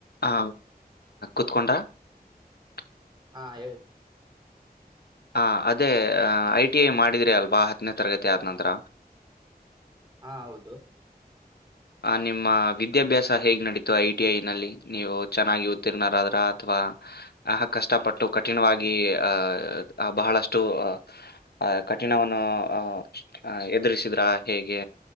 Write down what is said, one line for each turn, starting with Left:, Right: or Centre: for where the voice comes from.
Left: ಆ <unintelligible>
Right: ಹಾ ಹೇಳಿ.
Left: ಹ ಅದೇ ಐ ಟಿ ಐ ಮಾಡಿದ್ರಿ ಅಲ್ವಾ ಹತ್ತನೇ ತರಗತಿ ಆದ ನಂತರ.
Right: ಹಾ ಹೌದು.
Left: ಆ ನಿಮ್ಮ ವಿದ್ಯಾಭ್ಯಾಸ ಹೇಗ್ ನಡಿತು ಐ ಟಿ ಐ ನಲ್ಲಿ ನೀವು ಚೆನ್ನಾಗಿ ಉತ್ತೀರ್ಣರಾದ್ರ ಅಥವಾ ಆ ಕಷ್ಟಪಟ್ಟು ಕಠಿಣವಾಗಿ ಆಹ್ ಬಹಳಷ್ಟು ಅ ಆ ಕಠಿಣವನ್ನು ಅ ಎದರಿಸಿದ್ರಾ ಹೇಗೆ